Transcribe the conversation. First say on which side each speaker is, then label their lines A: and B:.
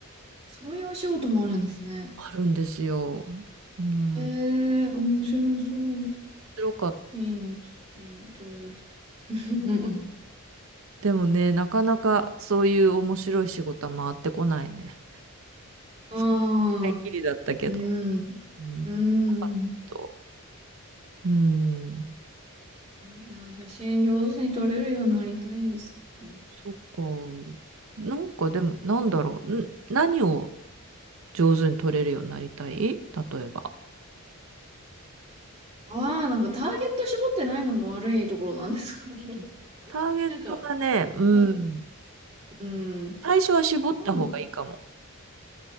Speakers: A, on the right; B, on the right.
A: そういうお仕事もあるんですね。
B: あるんですよ。うん、
A: えー、
B: 面
A: 面白そう。
B: 白かった。
A: いいの、写真撮れる人。<laughs>
B: でもね、なかなかそういう面白い仕事は回ってこないね。
A: ああ、
B: 一回きりだったけど。
A: うん、
B: うん、
A: う
B: よかったけど。
A: ん。
B: うん、
A: いや写真上手に撮れるようになりたいんですけど。
B: そっか。なんかでも、なんだろう。ん、何を上手に取れるようになりたい例えば。
A: ああー、なんかターゲット絞ってないのも悪いところなんです。
B: ターゲットがね、
A: <laughs> なんか、
B: うん。
A: な、うん、
B: 最初は絞った方がいいかも。
A: なんだろ